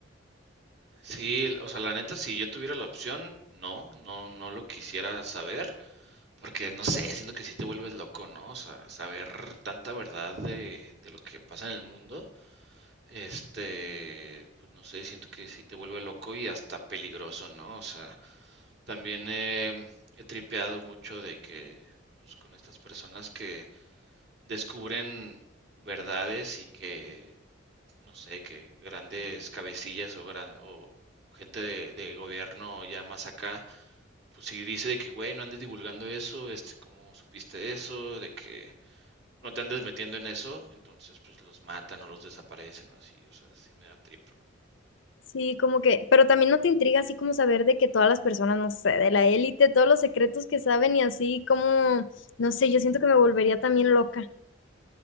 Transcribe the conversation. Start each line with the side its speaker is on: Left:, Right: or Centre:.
Right: Sí, o sea, la neta, si yo tuviera la opción, no, no, no lo quisiera saber, porque no sé, siento que sí te vuelves loco, ¿no? O sea, saber tanta verdad de, de lo que pasa en el mundo Este, pues no sé, siento que sí te vuelve loco y hasta peligroso, ¿no? O sea, también eh, he tripeado mucho de que, pues con estas personas que descubren verdades y que, no sé, que grandes cabecillas o, gran, o gente de, de gobierno ya más acá, pues si dice de que, güey, no andes divulgando eso, este, ¿cómo supiste eso? De que no te andes metiendo en eso, entonces pues los matan o los desaparecen o así, o sea, sí me da trip.
Left: Sí, como que pero también no te intriga así como saber de que todas las personas, no sé, de la élite, todos los secretos que saben y así como, no sé, yo siento que me volvería también loca.